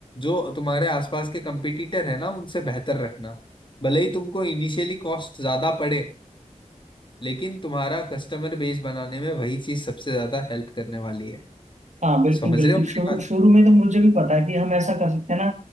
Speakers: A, on the left; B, on the right.
A: जो तुम्हारे आसपास के कंपटीटर है ना उनसे बेहतर रखना भले ही तुमको इनिशियली कॉस्ट ज्यादा पड़े लेकिन तुम्हारा कस्टमर बेस बनाने में वही चीज सबसे ज्यादा हेल्प करने वाली है
B: हाँ बिल्कुल
A: समझ
B: बिल्कुल
A: रहे हो मेरी
B: शुरू
A: बात
B: शुरू में तो मुझे भी पता है कि हम ऐसा कर सकते हैं ना